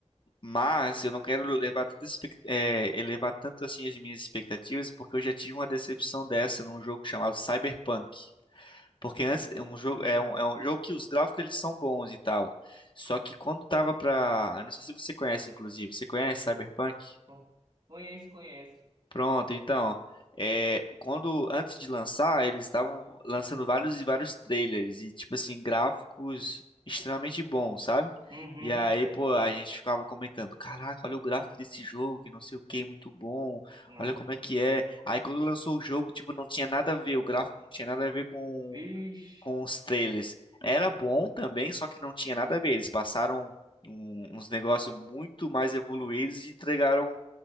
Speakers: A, on the left; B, on the right.
A: Mas eu não quero levar tanto, expec- eh, elevar tanto assim as minhas expectativas, porque eu já tive uma decepção dessa num jogo chamado Cyberpunk. Porque antes é um jogo
B: Aham,
A: é um, é um jogo que os gráficos eles são bons e tal. Só que quando tava pra. Eu não sei se você conhece, inclusive. Você conhece Cyberpunk?
B: bom, Conheço, conheço.
A: Pronto, então. É, quando antes de lançar, eles estavam lançando vários e vários trailers e tipo assim, gráficos extremamente bons, sabe?
B: Uhum,
A: E aí,
B: sei.
A: pô, a gente ficava comentando, caraca, olha o gráfico desse jogo, que não sei o que, muito bom.
B: Ah,
A: Olha como é que é. Aí quando lançou o jogo, tipo, não tinha nada a ver, o gráfico não tinha nada a ver com
B: Vixe,
A: com os trailers era bom também, só que não tinha nada a ver. Eles passaram um- uns negócios muito mais evoluídos e entregaram